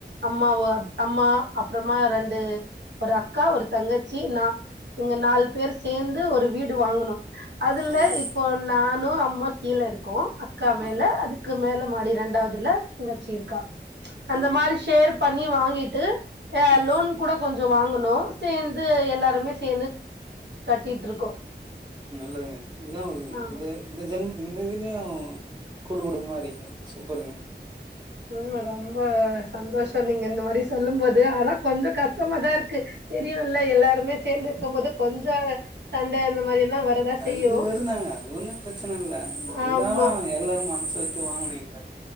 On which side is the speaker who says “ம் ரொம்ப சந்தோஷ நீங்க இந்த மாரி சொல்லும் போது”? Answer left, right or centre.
Right